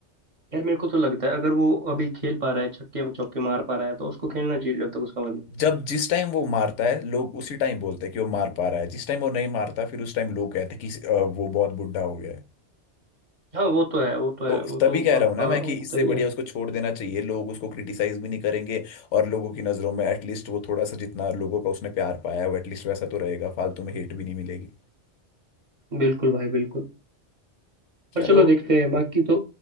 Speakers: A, on the right (about 40°); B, on the left (about 80°).
A: यार मेरे को तो लगता है अगर वो अभी खेल पा रहा है छक्के चौके मार पा रहा है तो उसको खेलना चाहिए जब तक उसका मन हो
B: जब जिस टाइम वो मारता है लोग उसी टाइम बोलते हैं कि वो मार पा रहा है जिस टाइम वो नहीं मारता फिर उस टाइम लोग कहते हैं कि अ, वो बहुत बुढ़ा हो गया है
A: हाँ वो तो है वो तो है
B: तो
A: वो
B: तभी
A: तो
B: कह रहा
A: आपका
B: हूँ ना मैं कि
A: होता
B: इससे बढ़िया
A: ही है
B: उसको छोड़ देना चाहिए लोग उसको क्रिटिसाइज भी नहीं करेंगे और लोगों की नज़रों में एटलीस्ट वो थोड़ा सा जितना लोगों का उसने प्यार पाया है वो एटलीस्ट वैसा तो रहेगा फालतू में हेट भी नहीं मिलेगी
A: बिल्कुल भाई बिल्कुल
B: चलो
A: पर चलो देखते हैं बाकी तो